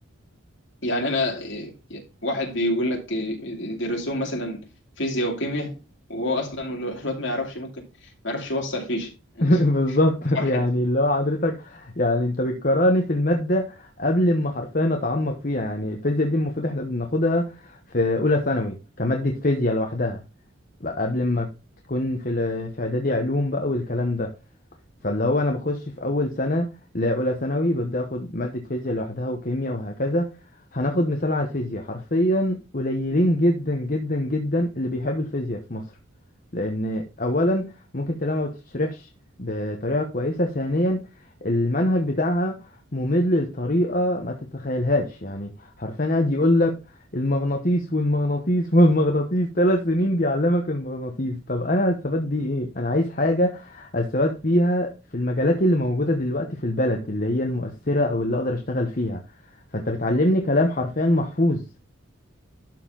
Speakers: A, on the left; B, on the left.
A: يعني انا إيه، واحد بيقول لك إيه، يدرسوهم مثلا فيزياء وكيمياء وهو اصلا الواد ما يعرفش ممكن ما يعرفش يوصل فيش
B: <laughs>
A: <laughs>
B: بالظبط
A: فرحة
B: يعني اللي هو حضرتك يعني انت بتكرهني في المادة قبل ما حرفيا اتعمق فيها يعني الفيزياء دي المفروض احنا بناخدها في اولى ثانوي كمادة فيزياء لوحدها بقى قبل ما تكون في ال- في اعدادي علوم بقى والكلام ده فاللي هو انا بخش في اول سنة لا اولى ثانوي ببدأ اخد مادة فيزياء لوحدها وكيمياء وهكذا هناخد مثال على الفيزياء حرفيا قليلين جدا جدا جدا اللي بيحبوا الفيزياء في مصر لان اولا ممكن تلاقيها ما بتشرحش بطريقه كويسه ثانيا المنهج بتاعها ممل لطريقه ما تتخيلهاش يعني حرفيا قاعد يقول لك المغناطيس والمغناطيس والمغناطيس ثلاث سنين بيعلمك المغناطيس طب انا هستفاد بيه ايه انا عايز حاجه استفاد بيها في المجالات اللي موجوده دلوقتي في البلد اللي هي المؤثره او اللي اقدر اشتغل فيها فانت بتعلمني كلام حرفيا محفوظ